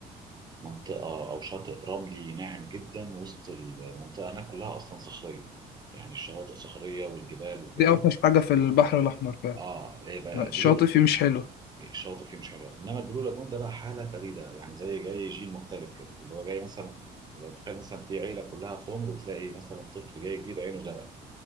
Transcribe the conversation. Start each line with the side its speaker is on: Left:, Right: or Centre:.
Right: منطقة أو شاطئ رملي ناعم جدا وسط المنطقة هناك كلها أصلا صخرية يعني الشواطئ صخرية والجبال وكده
Left: دي اوحش حاجة في البحر الأحمر فعلا
Right: اه ايه بقى البلو
Left: الشاطئ فيه مش حلو
Right: الشواطئ فيه مش حلوة انما البلو لاجون ده بقى حالة فريدة يعني زي جاي جيل مختلف كده اللي هو جاي مثلا لو تخيل مثلا في عيلة كلها سمر وتلاقي مثلا طفل جاي جديد عينه زرقاء